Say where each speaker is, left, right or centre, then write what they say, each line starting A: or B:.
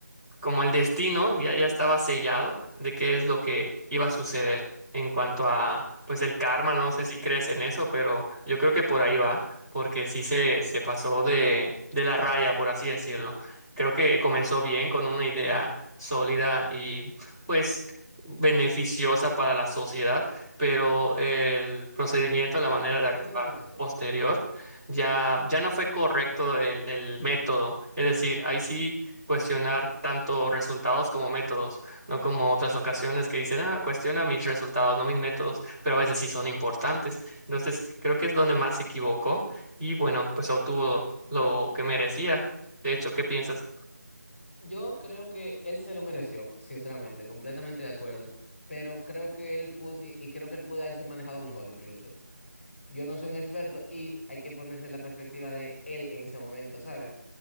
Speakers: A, on the right; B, in the centre.
A: como el destino ya, ya estaba sellado de qué es lo que iba a suceder en cuanto a, pues, el karma. No sé si crees en eso, pero yo creo que por ahí va, porque sí se, se pasó de, de la raya, por así decirlo. Creo que comenzó bien con una idea sólida y, pues, beneficiosa para la sociedad, pero el procedimiento, la manera de actuar
B: Técnicamente sí.
A: posterior ya, ya no fue correcto el, el método. Es decir, ahí sí cuestionar tanto resultados como métodos, no como otras ocasiones que dicen, ah, cuestiona mis resultados, no mis métodos, pero a veces sí son importantes. Entonces, creo que es donde más se equivocó y bueno, pues obtuvo lo que merecía. De hecho, ¿qué piensas?
B: Yo creo que él se lo mereció, sinceramente, completamente de acuerdo. Pero creo que él pudo, y, y creo que él pudo haberse manejado mejor incluso. Yo no soy un experto y hay que ponerse en la perspectiva de él en ese momento, ¿sabes?